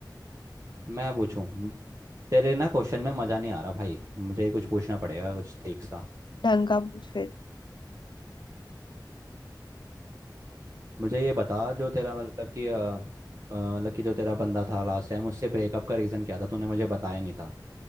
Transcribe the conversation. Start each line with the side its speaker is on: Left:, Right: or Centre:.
Right: मैं पूछूं म- तेरे ना क्वेश्चन में मज़ा नहीं आ रहा भाई मुझे कुछ पूछना पड़ेगा कुछ ठीक सा
Left: ढंग का पूछ फिर
Right: मुझे ये बता जो तेरा मतलब कि अ, अ, मतलब कि जो तेरा बंदा था लास्ट टाइम उससे ब्रेकअप का रीज़न क्या था तूने मुझे बताया नहीं था